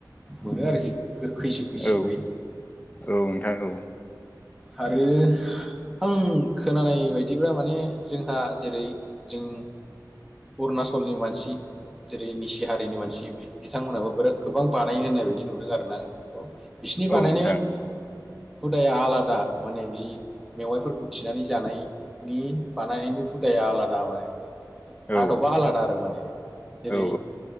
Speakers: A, in the centre; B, on the left (about 25°).
A: मोनो आरोखि गोखै खैसिब खैसिबै।
B: औ औ नोंथां औ।
A: आरो। आं खोनानाय बायदिब्ला माने जोंहा जेरै जों। अरुणचलनि मानसि जेरै निसि हारिनि मानसि बिथांमोनहाबो बिराद गोबां बानायो होननाय बायदि नुदों आरो ना आं बेखौ बिसिनि बानायनाय
B: औ नोंथां
A: हुदाया आलादा माने बि मेवाइफोरखौ थिनानै जानाय नि बानायनायनि हुथाया आलादा माने
B: औ
A: आदबा आलादा आरो माने जेरै
B: औ